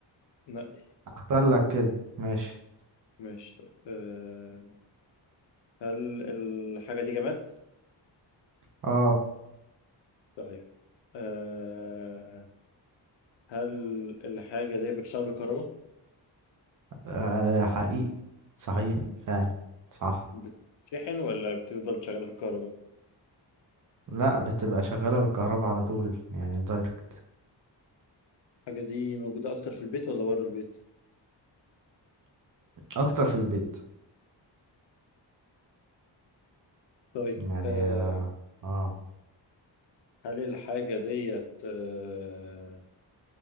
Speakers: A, on the left; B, on the right.
A: نقي
B: اختار لك كلمة ماشي
A: ماشي طيب آه، هل الحاجة دي جماد؟
B: اه
A: طيب آه، هل الحاجة دي بتشتغل بالكهرباء؟
B: آه، حقيقي صحيح
A: مم.
B: فعلا صح
A: بتشحن ولا بتفضل شغالة في الكهرباء؟
B: لا بتبقى شغالة بالكهرباء على طول يعني دايركت
A: مم. الحاجة دي موجودة أكتر في البيت ولا بره البيت؟
B: اكتر في البيت
A: طيب
B: يعني
A: آه،
B: اه, آه.
A: هل الحاجة ديت آه،